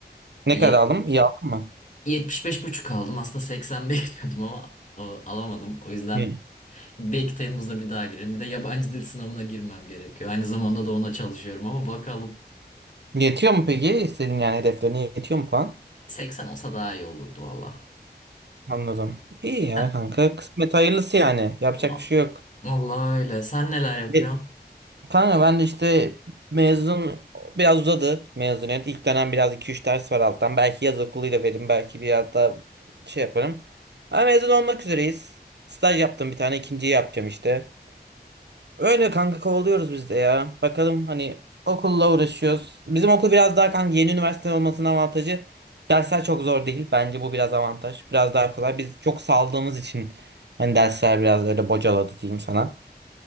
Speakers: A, on the right (about 85°); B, on the left (about 45°).
A: ne
B: E, ye-
A: kadar aldım? İyi aldın mı?
B: yetmiş beş buçuk aldım. Aslında 80 <laughs> bekliyordum ama e, alamadım. O yüzden
A: İyi.
B: belki Temmuz'da bir daha girerim. Bir de yabancı dil sınavına girmem gerekiyor. Aynı zamanda da ona çalışıyorum ama bakalım
A: Yetiyor mu peki? İstediğin yani hedeflerine yetiyor mu puan?
B: 80 olsa daha iyi olurdu valla.
A: Anladım. İyi ya
B: Ha,
A: kanka. Kısmet hayırlısı yani. Yapacak
B: va-
A: bir şey yok.
B: Vallahi öyle. Sen neler yapıyorsun?
A: Bir, kanka ben de işte mezun biraz uzadı mezuniyet. İlk dönem biraz iki üç ders var alttan. Belki yaz okuluyla veririm. Belki biraz daha şey yaparım. Ama mezun olmak üzereyiz. Staj yaptım bir tane. ikinciyi yapacağım işte. Öyle kanka kovalıyoruz biz de ya. Bakalım hani okulla uğraşıyoruz. Bizim okul biraz daha kanka yeni üniversite olmasının avantajı. Dersler çok zor değil. Bence bu biraz avantaj. Biraz daha kolay. Biz çok saldığımız için hani dersler biraz öyle bocaladı diyeyim sana.